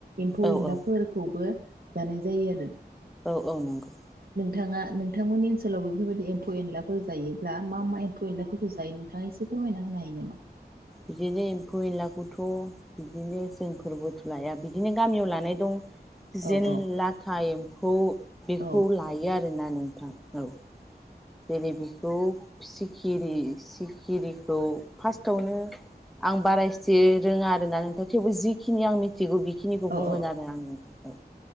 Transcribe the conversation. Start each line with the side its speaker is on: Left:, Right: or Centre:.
Right: एम्फौ
Centre: औ
Right: एनलाफोरखौबो।
Centre: औ
Right: जानाय जायो आरो।
Centre: औ औ नंगौ।
Right: थाङा नोंथांमोननि। ओनसोलाव बेफोरबायदि एम्फौ एनलाफोर जायोब्ला मा मा एम्फौ एनलाफोरखौ जायो नोंथाङा एसे फोरमायना होनो हायो नामा।
Centre: बिदिनो एम्फौ एनलाखौथ' बिदिनो जोंफोरबोथ' लाया बिदिनो गामियाव लानाय दं। जेन
Right: औ औ
Centre: लाथा एम फौ बेखौ
Right: औ
Centre: लायो आरो। दोननानै औ जेरै बेखौ सिखिरि सिखिरिखौ फार्स्टआवनो आं बाराएसे रोङा आरोना नोंथां थेवबो जिखिनि आं मिथि थिगौ बेखिनिखौ
Right: औ
Centre: बुंगोन
Right: औ
Centre: आरो आं नोंथां। औ